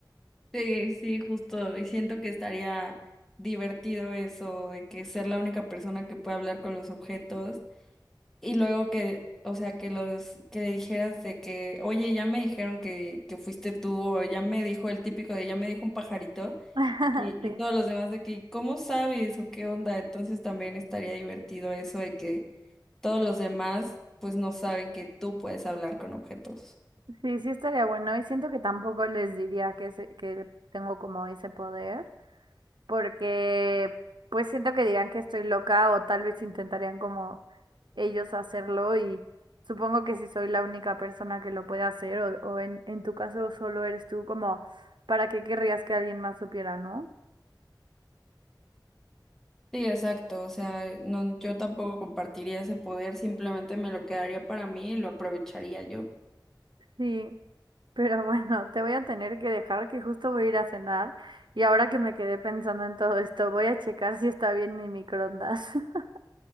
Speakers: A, in the centre; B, on the right.
A: Sí, sí, justo. Y siento que estaría divertido eso, de que ser la única persona que puede hablar con los objetos. Y luego que, o sea, que los, que le dijeras de que, oye, ya me dijeron que, que fuiste tú, o ya me dijo el típico de ya me dijo un pajarito,
B: <laughs>
A: y, y
B: Sí,
A: todos los demás de que, ¿cómo sabes? o qué onda? Entonces también estaría divertido eso de que todos los demás, pues no saben que tú puedes hablar con objetos.
B: sí, sí estaría bueno y siento que tampoco les diría que, se- que tengo como ese poder. porque pues siento que dirán que estoy loca o tal vez intentarían como ellos hacerlo y supongo que si soy la única persona que lo puede hacer o, o en, en tu caso solo eres tú, como para qué querrías que alguien más supiera, ¿no?
A: Sí, exacto. O sea, no, yo tampoco compartiría ese poder, simplemente me lo quedaría para mí y lo aprovecharía yo.
B: Sí, <laughs> pero bueno, te voy a tener que dejar que justo voy a ir a cenar y ahora que me quedé pensando en todo esto, voy a checar si está bien mi microondas. <laughs>